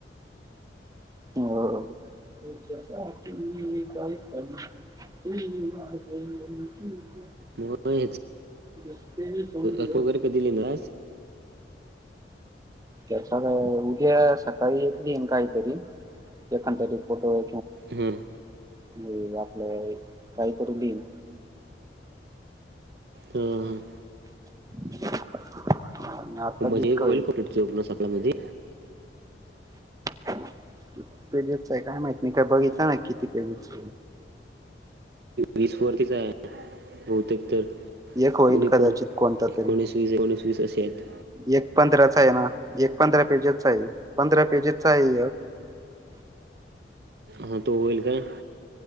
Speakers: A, on the right; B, on the right.
A: का <unintelligible>
B: मग ह्याच
A: दिसते समज
B: अर्प वगैरे कधी लिहलास
A: त्याच्या. उदया सकाळी येेतली काही एखदा तरी फोटो?
B: हम्म.
A: आणि आपल्या काहीतरी लिह
B: हम्म.
A: <inaudible>
B: मजी
A: जितकं
B: एक होईल कपोपण सकाळ मध्ये
A: पेजच आहे काय माहित मी काय बघितच नाही किती पेजच
B: वीस वरतीच आहे बहुतेक तर
A: एक होईल
B: बणी
A: कदाचित
B: पण
A: कोणता
B: एकोणीस
A: तरी
B: वीस एकोणीस वीस अ आहेत.
A: एक पंधराचा आहे ना एक पंधरा पेजेसचा आहे पंधरा पेजेसचा आहे.
B: हा तो होईल काय?